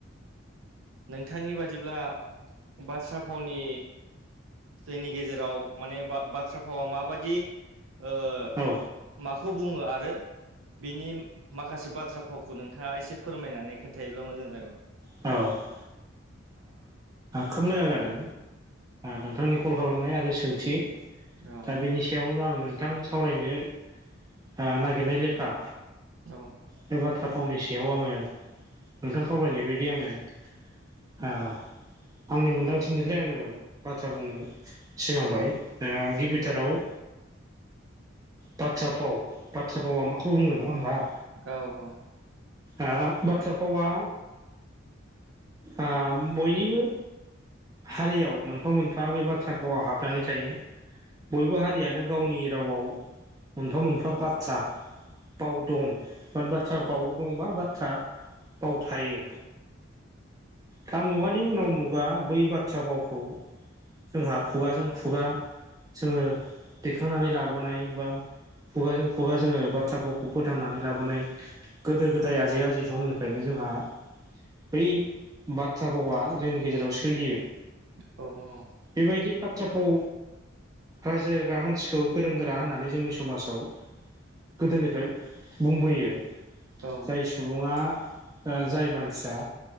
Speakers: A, on the right (about 75°); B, on the right (about 20°).
A: नोंथांनि बादिब्ला बाथ्रा फावनि जोंनि गेजेराव माने बा बाथ्रा भावा माबाददि ओ
B: औ
A: माखौ बुङो आरो बिनि माखासे बाथ्रा फावखौ नोंथाङा एसे फोरमायनानै खोन्थायोबब्ला मोजां जागौ।
B: औ खोब मोजां जादों नोंथांनि कल खालामबाय आरो सोंथि
A: औ
B: दा बेनि सायावनो आं नोंथां सावरायनो ओ नागिरनाय लेखा
A: औ
B: बे बाथ्रा फावनि सायाव आङो नोंथां खावलायनाय बायदि आङो ओ आंनि मोनदांथिनिफ्राय आङो बाथ्रा बुंनो सिगांबाय। ओ गिबिथाराव बाथ्रा फाव बाथ्रा भावा माखौ बुङो नङा होमबा।
A: औ औ
B: आ बाथ्रा फावा आ बयनिबो हारियाव मोनफा मोनफा बे बाथ्रा फावा हाबनानै थायो। बयबो हारियानो गावनि रावाव मोनफा मोनफा बाथ्रा भाव दं। माने बाथ्रा
A: औ
B: फाव दंबा बाथ्रा भाव थायो दा मुगानि उनाव मु गा बै बाथ्रा भावखौ जोंहा खुगाजों खुगा जोङो दैखांनानै लाबोनाय बा खुगाजों खुगा जोङो बाथ्रा भावखौ फोथांनानै लाबोनाय गोदो गोदाय आजै आजै समनिफ्रायनो जोंहा बै बाथ्रा भावा जोंनि गेजेराव सोलियो
A: औ। औ
B: बेबायदि बाथ्रा भाव रायज्लायग्रा मानसिखौ गोरों गोरा होननानै जोंनि समाजाव गोदोनिफ्राय बुंबोयो।
A: औ
B: जाय सुबुङा ओ जाय मानसिया